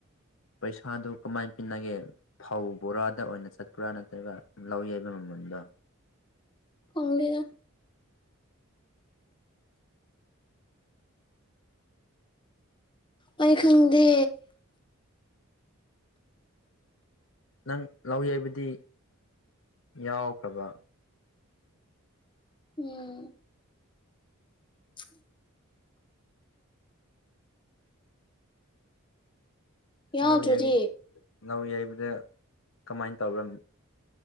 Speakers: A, on the left (about 60°); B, on the left (about 20°).
A: ꯄꯩꯁꯥꯗꯨ ꯀꯃꯥꯏꯟ ꯄꯤꯅꯒꯦ ꯐꯧ ꯕꯣꯔꯥꯗ ꯑꯣꯏꯅ ꯆꯠꯄ꯭ꯔꯥ ꯅꯠꯇ꯭ꯔꯒ ꯂꯧ ꯌꯩꯕ ꯃꯃꯥꯜꯗꯣ
B: ꯈꯪꯗꯦꯗ ꯑꯩ ꯈꯪꯗꯦ
A: ꯅꯪ ꯂꯧ ꯌꯩꯕꯗꯤ ꯌꯥꯎꯈ꯭ꯔꯕꯥ
B: ꯎꯝ <inaudible> ꯌꯥꯎꯗ꯭ꯔꯗꯤ
A: ꯂꯧꯌꯩ ꯂꯧꯌꯩꯕꯗ ꯀꯃꯥꯏꯅ ꯇꯧꯕ꯭ꯔ